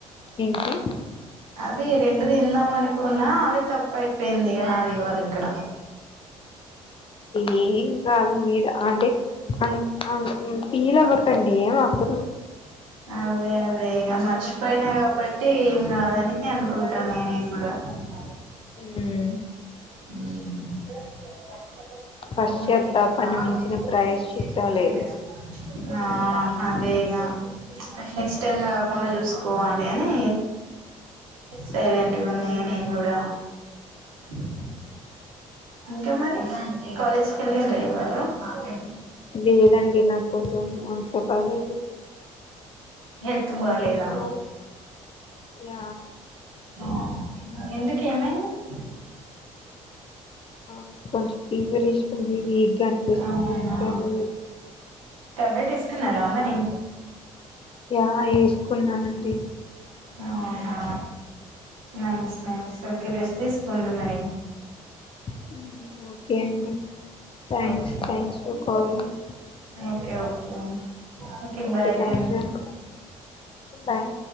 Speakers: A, on the left; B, on the right.
A: ఏంటి
B: అదే రెండు తిందాం అనుకున్నా అదే తప్పు అయిపోయింది ఇగ నాది ఇవాల ఇక్కడ
A: ఏం కాదు మీరు అంటే అన్ ఫీల్ అవ్వకండి ఏం అవ్వదు
B: అదే అదే ఇగ మర్చిపోయినా కాబట్టి ఏం కాదని అనుకుంటాను నే నేను కూడా గా నమ్మదు
A: హ్మ్
B: హ్మ్ థాట్స్ ఓకే
A: పశ్చాత్తాపాన్ని
B: అవునా <unintelligible>
A: మించిన ప్రాయశ్చిత్తం లేదు
B: ఆ హ అదేగా నెక్స్ట్ టైమ్ కాకుండా చూసుకోవాలి అని సైలెంట్ గున్న
A: మ్
B: ఇగ నేనుకూడా <unintelligible> ఇంకా మరి కాలేజ్ కి వెళ్ళిడ్రా ఇవాళ ఆ పోలే
A: లేదండి నాకు కొంచెం ఒంట్లో బాలేదు
B: హెల్త్ బాలేదా
A: సో య
B: ఆ ఎందుకు ఏమైంది హుమ్మ్ హ
A: అవును కొంచం ఫీవర్ ఇషుకుంది వీక్ గా అనిపిస్తుంది
B: అవునా
A: అందుకే వెళ్ళలేదు
B: టాబ్లెట్ వేసుకున్నారా మరి
A: యా వేసుకున్నానండి
B: అవునా నైస్ నైస్ ఓకే రెస్ట్ తీసుకోండి మరి
A: హ్మ్ ఓకే అండి thanks
B: okay
A: thanks for calling
B: okay okay okay bye
A: thank
B: then
A: you అండి బాయ్